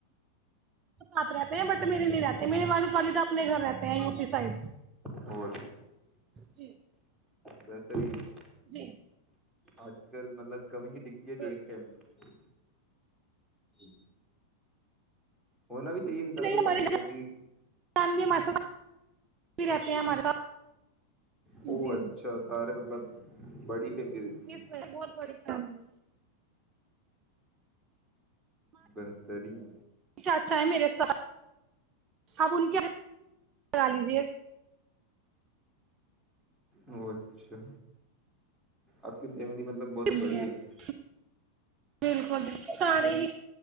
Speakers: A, on the right; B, in the centre.
A: ساتھ رہتے ہیں بٹ میرے نہیں رہتے میرے والد والد اپنے گھر رہتے ہیں یو پی سائڈ
B: او
A: ج
B: بہتری ہی ہے
A: جی
B: آج کل مطلب کم ہی دکھتی ہے
A: بالکل
B: جوائنٹ فیملی <inaudible> ہونا بھی چاہیے انسار
A: نہیں
B: کو
A: ہمارے
B: جوائنٹ فیملی
A: جان بھی ہمارے ساتھ بھی رہتے ہیں ہمارے ساتھ
B: ا
A: جی
B: اچھا سارے مطلب بڑی فیملی رہتی ہے
A: اس وج بہت بڑی فم ہے
B: بہترین
A: چاچا ہے میرے سھ آپ ان کے کرا لیجیے
B: ا اچھا آپ کس مطلب بہت
A: بالکل
B: بڑی ہے
A: بالکل ج سارے ہی